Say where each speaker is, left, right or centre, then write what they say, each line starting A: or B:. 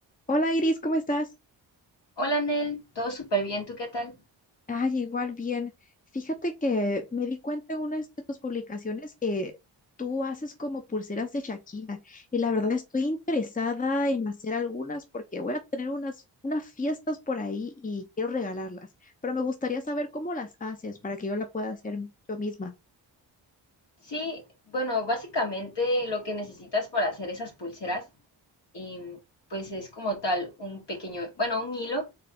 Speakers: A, on the left; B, on the left.
A: Hola Iris, ¿cómo estás?
B: Hola Nel, todo súper bien, ¿tú qué tal?
A: Ay, igual bien. Fíjate que me di cuenta en una de tus publicaciones que tú haces como pulseras de Shakira y la verdad estoy interesada en hacer algunas porque voy a tener unas, unas fiestas por ahí y quiero regalarlas, pero me gustaría saber cómo las haces para que yo la pueda hacer yo misma.
B: Sí, bueno, básicamente lo que necesitas para hacer esas pulseras, em, pues es como tal un pequeño, bueno, un hilo